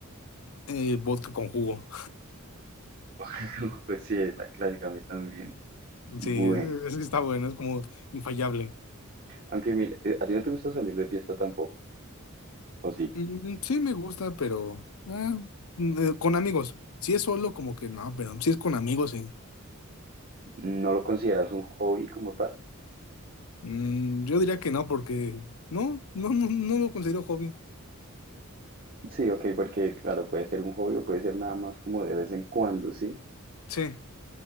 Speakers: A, on the left; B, on the right.
A: Eh, vodka con jugo.
B: <laughs> Pues sí, es la clásica, a mí también. Bueno,
A: Sí, ese está bueno, es como infallable.
B: aunque mire, eh, ¿a ti no te gusta salir de fiesta tampoco? ¿O sí?
A: Mm, Sí, me gusta, pero ah, mm, eh, con amigos. Si es solo, como que no, pero si es con amigos, sí.
B: ¿No lo consideras un hobby como tal?
A: Mm, yo diría que no, porque no, no, no, no lo considero hobby.
B: Sí, ok, porque claro, puede ser un hobby o puede ser nada más como de vez en cuando, ¿sí?
A: Sí,